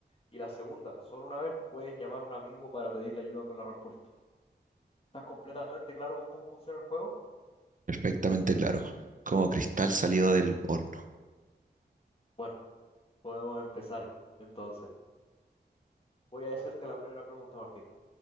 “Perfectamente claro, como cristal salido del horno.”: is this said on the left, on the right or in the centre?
Right